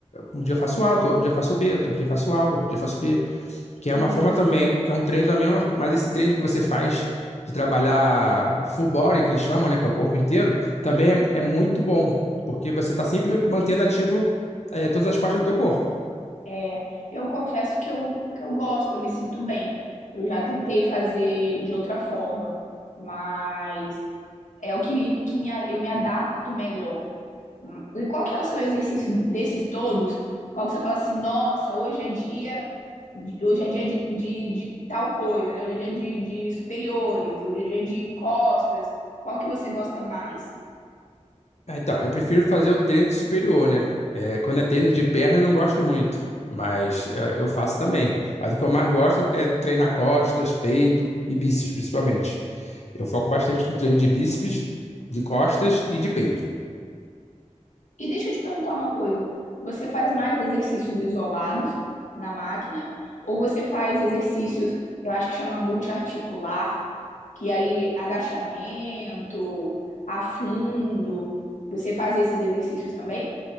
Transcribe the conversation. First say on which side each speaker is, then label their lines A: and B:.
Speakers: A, on the left; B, on the left.
A: um dia eu faço A, outro dia eu faço B, outro dia eu faço A, outro dia eu faço B. Que é
B: Entendi.
A: uma forma também, que é um treino também, mas esse treino que você faz de trabalhar full body, que eles chamam, né, que é o corpo inteiro, também é, é muito bom, porque você está sempre mantendo ativo é, todas as partes do teu corpo.
B: É, eu confesso que eu, que eu gosto, eu me sinto bem. Eu já tentei fazer de outra forma, mas é o que, que me, a- eu me adapto melhor. Hum, E qual que é o seu exercício desses todos? Qual que você fala assim, nossa, hoje é dia, hoje é dia de, de, de tal coisa, né? Hoje é dia de, de superiores, hoje é dia de costas. Qual que você gosta mais?
A: Ah, Então, eu prefiro fazer o treino de superior, né? É, quando é treino de perna, eu não gosto muito, mas eu, eu faço também. Mas o que eu mais gosto é treinar costas, peito e bíceps, principalmente. Eu foco bastante no treino de bíceps, de costas e de peito.
B: E deixa eu te perguntar uma coisa. Você faz mais exercícios isolados na máquina ou você faz exercícios, eu acho que chama multiarticular, que aí agachamento, afundo. Você faz esses exercícios também?